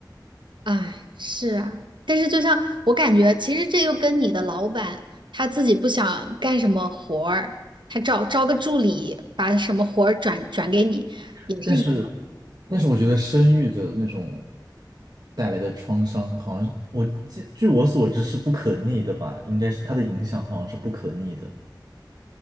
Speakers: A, on the right; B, on the right.
A: 哎，是啊，但是就像我感觉，其实这又跟你的老板他自己不想干什么活儿，他招招个助理，把什么活儿转转给你，
B: <laughs>
A: 也是一。
B: 但是但是我觉得生育的那种。带来的创伤，好像是我据据我所知是不可逆的吧？应该是它的影响好像是不可逆的。